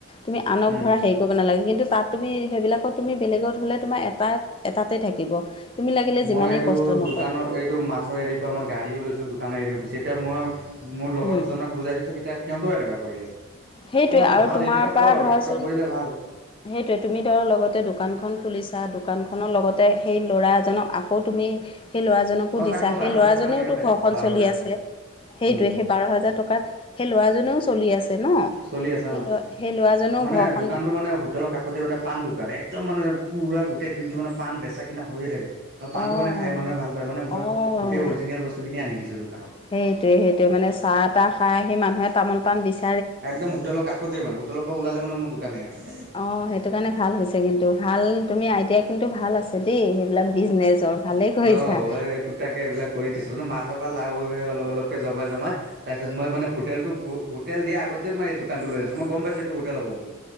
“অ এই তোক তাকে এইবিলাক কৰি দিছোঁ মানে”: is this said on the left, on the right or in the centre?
Right